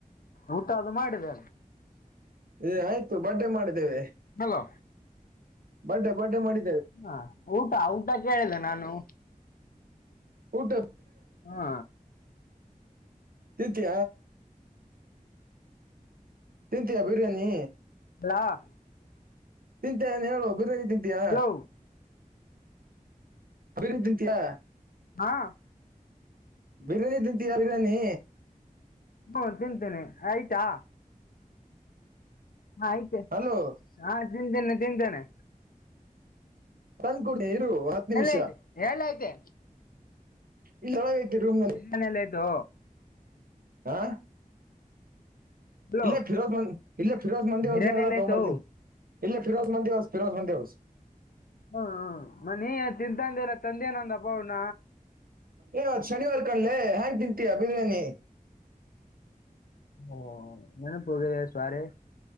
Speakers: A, on the left; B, on the right.
A: ಊಟ ಅದು ಮಾಡಿದೆ
B: ಏ ಆಯ್ತು ಬಡ್ಡೆ ಮಾಡಿದ್ದೇವೆ
A: ಹಲೋ
B: ಬಡ್ಡೆ ಬಡ್ಡೇ ಮಾಡಿ
A: ಹಾ ಊಟ ಊಟ ಕೇಳಿದೆ ನಾನು
B: ಊಟ
A: ಹಾ
B: ತಿಂತ್ಯ ತಿಂತೀಯಾ ಬಿರಿಯಾನಿ
A: <unintelligible>
B: ತಿಂತಿಯಾ ಏನ್ ಹೇಳು ಬಿರಿಯಾನಿ ತಿಂತೀಯಾ
A: ಹಲೋ
B: <unintelligible> ತಿಂತಿಯಾ
A: ಹಾ
B: ಬಿರಿಯಾನಿ ತಿಂತಿಯಾ ಬಿರಯಾನಿ
A: ಹ್ಮ ತಿಂತೇನೆ ಆಯ್ತಾ ಹ ಐತೆ
B: ಹಲೋ
A: ಹಾ ತಿಂತೇನೆ ತಿಂತೇನೆ
B: ತಂದಕೂಡಿ ಇರು ಹತ್ ನಿಮಿಷ
A: ಎಲ್ಲ ಐತೆ ಎಲ್ಲ ಐತೆ
B: ಇಲ್ಲಿ ಒಳಗೈತಿ ರೂಮ್ನಲ್ಲಿ
A: ಬಿರಿಯಾನಿ ಎಲ್ಲ ಆಯ್ತು
B: ಹಾ
A: ಹಲೋ
B: ಇಲ್ಲೆ ಫಿರೋಜ ಮಂದಿ ಇಲೆ ಫಿರೋಜ ಮಂದಿ
A: ಬಿರಿಯಾನಿ
B: ವಸ್ನ ಕ
A: ಎಲ್ಲ ಆಯ್ತು
B: ತಮರ್ ಸಿಂಗ್ ಇಲ್ಲೆ ಫಿರೋಜ್ ಮಂದಿಸ್ ಫಿರೋಸ್ ಮಂದಿ ಹೊಸ್
A: ಹ್ಮ ಹ್ಮ್ ಮನಿ ತಿಂತಂದಿಲ್ಲ ತಂದೆನಂದ ಅಬ್ಬ ಅವ್ಣ
B: ಏವತ್ ಶನಿವಾರ ಕಣಲ ಹೆಯಾಂಗ್ ತಿಂತೀಯಾ ಬಿರಯಾನಿ
A: ಹ್ಮ ನೆನಪೋಗಿದೆ ಸೋರಿ